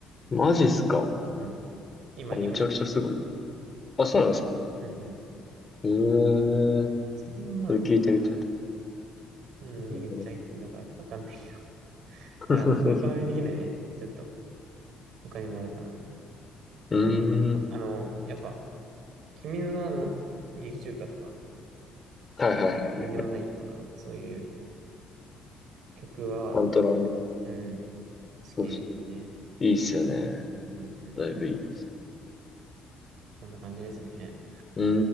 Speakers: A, on the left (about 30°); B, on the right (about 70°).
A: マジっすか
B: うん今、
A: あ、めちゃくちゃすごい。
B: 今ちょっと切れて。
A: あ、そうなんですか
B: うんうん。
A: ええー、
B: それはまあ、
A: それ聞いてみたいと
B: うん、ねめっちゃいいのかわかんないけど。
A: 思い
B: <laughs>
A: ます。
B: うん、好み的にはね、ちょっと他にもあるかな。
A: うん
B: うん。
A: <laughs> うーん。
B: あの、やっぱ、君の名の劇中歌とか、
A: はいはいはい。
B: なんでもないよとか、そういう曲は、
A: パントラ、
B: うん、好きですね。
A: そうそう。
B: 結構
A: いいっすよね。
B: うんうんうん。
A: だいぶいい。
B: そんな感じですね。
A: うー